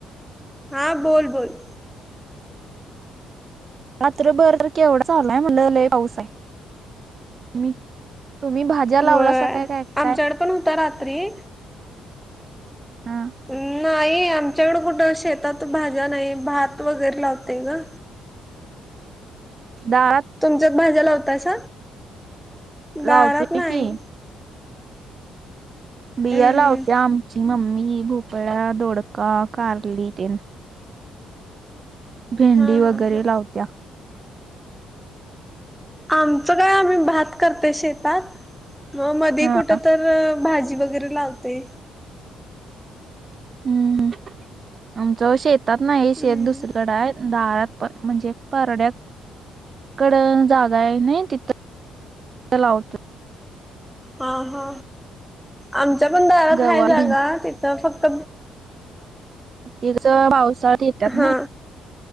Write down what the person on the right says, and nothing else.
रात्रभरारख एवढं चालाय म्हणलं पाऊस आहे मी. तुम्ही भाज्या
लावला स काय काय
काय
हा
दारात
लावतोय
की बिया
लावत्या आमची मम्मी भोपळा दोडका कारली तन भेंडी
वगैरे
लावत्या.
हा
हम्म ह आमचं शेतात नाही
शेत दुसरीकडे आहे. दारात पण म्हणजे परड्यात कड जागा आहे ना तिथ चलाउत.
गवारी
तिच पावसाळ येतात
ना.